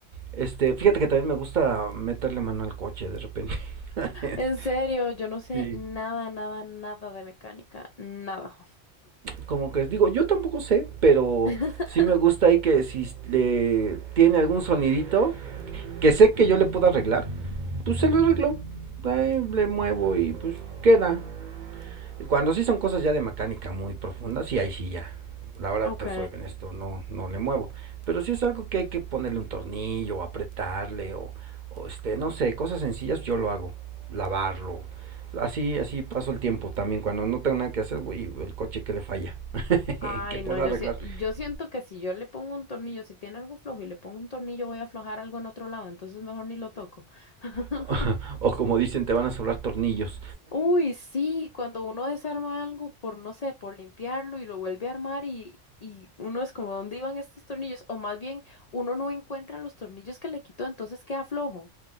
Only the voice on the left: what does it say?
En serio, yo no sé
nada, nada, nada de mecánica. Nada.
<laughs>
Ujú.
Ok.
Ay,
no, yo,
sie- yo
siento que si yo le pongo un tornillo, si tiene algo flojo y le pongo un tornillo, voy a aflojar algo en otro lado, entonces mejor ni lo toco. <laughs>
Uy, sí, cuando uno desarma algo por, no sé, por limpiarlo y lo vuelve a armar y, y uno es como, ¿dónde iban estos tornillos? O más bien, uno no encuentra los tornillos que le quitó, entonces queda flojo.